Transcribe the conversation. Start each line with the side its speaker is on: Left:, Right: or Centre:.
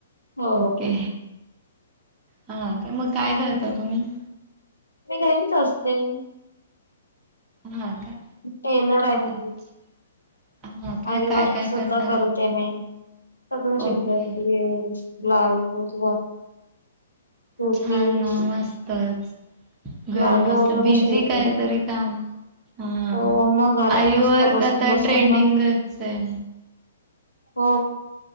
Left: हो
Right: ओके. हा मग काय करता तुम्ही?
Left: ते घरीच असतें.
Right: हा. काय
Left: टेलर आहे
Right: अच्छा
Left: मी.
Right: हा काय
Left: अरीवर्क
Right: काय काय
Left: सुद्धा
Right: करता?
Left: करते मी. सगळं शिवता
Right: ओके
Left: येत आहे ड्रेस ब्लाऊज कुर्तीज
Right: छान मस्तच. घर
Left: प्लाझो
Right: बसल्या
Left: वगैरे
Right: बिझी
Left: शिवते.
Right: काय तरी काम हा
Left: हो मग घरात
Right: अरी
Left: नुसतं
Right: वर्क
Left: बसून
Right: आता
Left: बसून
Right: ट्रेंडिंगच
Left: पण
Right: आहे.
Left: हो